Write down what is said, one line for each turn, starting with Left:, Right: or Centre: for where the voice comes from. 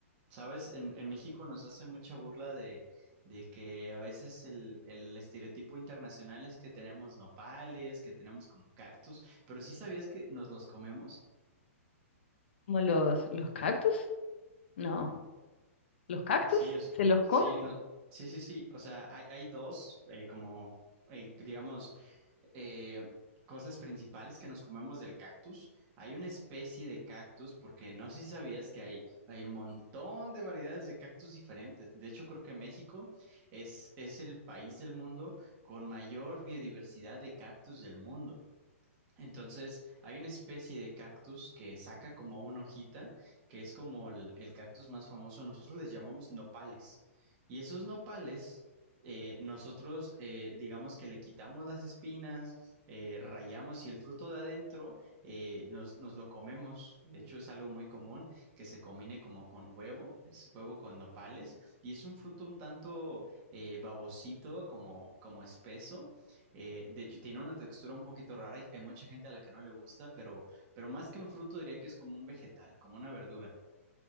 Right: sabes, en, en México nos hacen mucha burla de, de que a veces el, el estereotipo internacional es que tenemos nopales, que tenemos como cactus, pero sí sabías que nos los comemos.
Left: ¿Como los, los cactus? No, ¿los cactus?
Right: Sí, es,
Left: ¿Se los
Right: sí,
Left: come?
Right: no, sí, sí, sí. O sea, hay, hay dos, eh, como, eh, digamos, eh, cosas principales que nos comemos del cactus. Hay una especie de cactus, porque no sé si sabías que hay, hay un montón de variedades de cactus diferentes. De hecho, creo que México es, es el país del mundo con mayor biodiversidad de cactus del mundo. Entonces, hay una especie de cactus que saca como una hojita, que es como el, el cactus más famoso. Nosotros les llamamos nopales. Y esos nopales, eh, nosotros, eh, digamos que le quitamos las espinas, eh, rayamos y el fruto de adentro eh, nos, nos lo comemos. De hecho, es algo muy común que se combine como con huevo, es huevo con nopales. Y es un fruto un tanto eh, babosito, como, como espeso eh, de hecho, tiene una textura un poquito rara. Hay, hay mucha gente a la que no le gusta, pero, pero más que un fruto diría que es como un vegetal, como una verdura.